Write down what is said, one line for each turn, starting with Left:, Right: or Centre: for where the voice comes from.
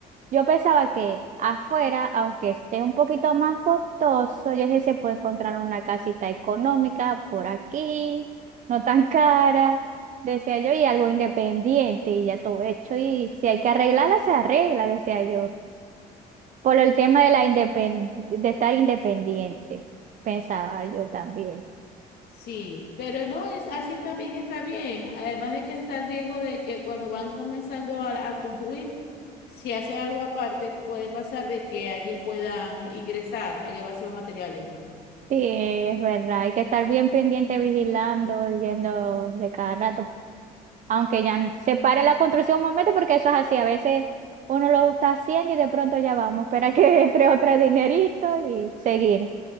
Right: yo pensaba que afuera, aunque esté un poquito más costoso, yo dije, se puede encontrar una casita económica por aquí, no tan cara, decía yo, y algo independiente y ya todo hecho. Y si hay que arreglarla, se arregla, decía yo. Por el tema de la independ- de estar independiente, pensaba yo también.
Left: Sí, pero no es así también está bien. Además de que está el riesgo de que cuando van comenzando a, a construir, si hacen algo aparte, puede pasar de que alguien pueda ingresar a llevarse los materiales.
Right: Sí, es verdad, hay que estar bien pendiente, vigilando, yendo de cada rato, aunque ya n- se pare la construcción un momento, porque eso es así, a veces uno lo está haciendo y de pronto ya vamos, espera que <laughs> entre otro dinerito y seguir.